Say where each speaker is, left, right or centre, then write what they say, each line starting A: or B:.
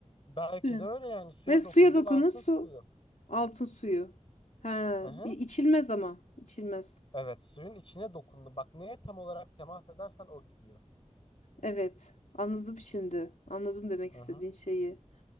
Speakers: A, on the left; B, on the left.
A: Belki
B: Hı.
A: de öyle yani suya
B: Ve suya
A: dokundun
B: dokunun
A: altın
B: su.
A: suyu.
B: Altın suyu. Ha,
A: Hı hı.
B: i- içilmez ama. içilmez.
A: Evet suyun içine dokundun. Bak neye tam olarak temas edersen o gidiyor.
B: Evet. Anladım şimdi. Anladım demek
A: Hı
B: istediğin
A: hı.
B: şeyi.